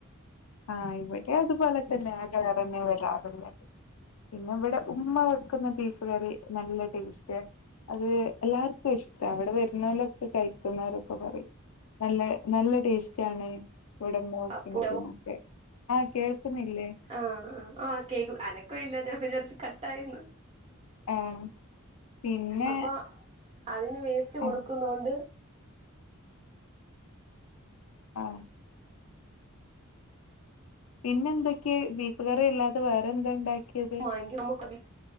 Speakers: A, on the left; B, on the right.
A: ആ ഇവിടെ അതുപോലെ തന്നെ അകറന്നെ വരാറുള്ളത്. പിന്നെ ഇവിടെ ഉമ്മ വെക്കുന്ന ബീഫ് കറി നല്ല ടേസ്റ്റേ അത് എല്ലാർക്കും ഇഷ്ട ഇവിടെ വരുന്നോലൊക്കെ കഴിക്കുന്നോരൊക്കെ പറയും. നല്ല നല്ല ടേസ്റ്റാണ് ഇവിട ഉമ്മ വെക്കണത്
B: അപ്പോ
A: ആ കേൾക്ക്ന്നില്ലേ.
B: ആ ആ ആ കേക്ക് അനക്കവില്ലാ ഞാൻ വിചാരിച്ച് കട്ടായിന്ന്.
A: ഉം പിന്നെ
B: അപ്പൊ അതിന് വേസ്റ്റ് കൊടുക്കുന്നോണ്ട്.
A: ആഹ് ആ പിന്നെന്തൊക്കെ ബീഫ്കറി അല്ലാതെ വേറെന്താ ഇണ്ടാക്കിയത്.
B: വാങ്ങിക്കും നമുക്ക്